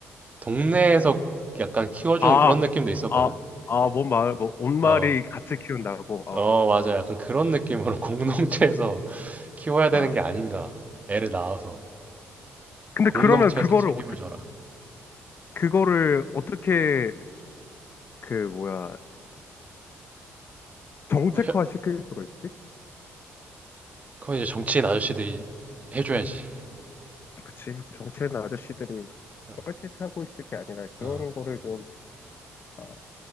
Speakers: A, on the right; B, on the left.
A: 동네에서 약간 키워주는
B: 아,
A: 그런 느낌도 있었거든?
B: 아, 아, 뭔 말, 뭐, 온말이
A: 어,
B: 같이 키운다고, 어,
A: 어, 맞아. 약간 그런 느낌으로 <laughs> 공동체에서 키워야 되는
B: 아.
A: 게 아닌가. 애를 낳아서.
B: 근데
A: 공동체에서
B: 그러면 그거를,
A: 책임을
B: 어떻게,
A: 져라.
B: 그거를 어떻게, 그, 뭐야, 정책화
A: 어, 혀-
B: 시킬 수가 있지?
A: 그건 이제 정치인 아저씨들이 해줘야지.
B: 그치. 정치하는 아저씨들이
A: 어,
B: 뻘짓하고 있을 게 아니라 그런
A: 어.
B: 거를 좀 아,